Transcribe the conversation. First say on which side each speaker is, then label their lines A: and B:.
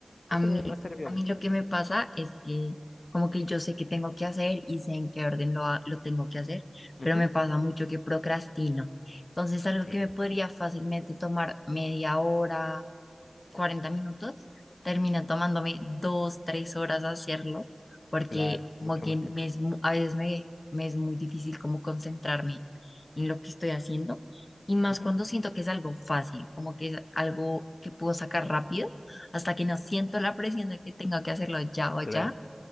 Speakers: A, on the left; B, on the left.
A: A
B: Eso
A: mí,
B: me, me ha servido
A: a
B: mucho.
A: mí lo que me pasa es que como que yo sé qué tengo que hacer y sé en qué orden lo, ha- lo tengo que hacer,
B: Ujú,
A: pero me pasa mucho que procrastino. Entonces, algo
B: Sí,
A: que me podría fácilmente tomar media hora. 40 minutos, termina tomándome dos, tres horas hacerlo, porque
B: claro,
A: como
B: mucho
A: que
B: más
A: me
B: tiempo.
A: es mu- a veces me, me es muy difícil como concentrarme en lo que estoy haciendo, y más
B: Ujú,
A: cuando siento que es algo fácil, como que es algo que puedo sacar rápido, hasta que no siento la presión de que tenga que hacerlo ya o
B: Claro.
A: ya,